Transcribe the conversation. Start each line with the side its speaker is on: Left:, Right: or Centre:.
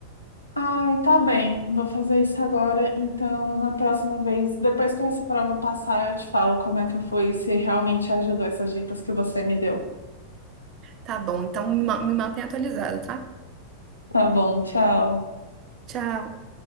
Left: Ai, tá bem, vou fazer isso agora, então, na próxima vez, depois que essa prova passar, eu te falo como é que foi, e se realmente ajudou essas dicas que você me deu.
Right: Tá bom, então me ma- me mantém atualizada, tá?
Left: Tá bom, tchau.
Right: Tchau.